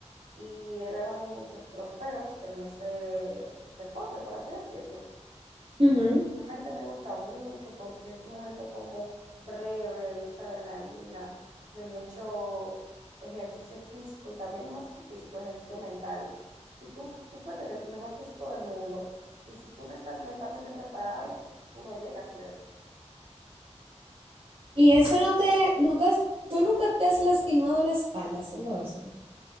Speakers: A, on the right; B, on the right.
A: y he ganado muchos trofeos en ese deporte, por así decirlo.
B: Ujú.
A: Realmente me gusta mucho porque es un momento como breve, de mucha adrenalina, de mucho ejercicio físico y también más que el físico, ejercicio mental. Si tú, tú puedes tener el mejor físico del mundo y si tú no estás mentalmente preparado, tú no llegas lejos.
B: Y eso no te, nunca, tú nunca te has lastimado la espalda haciendo eso.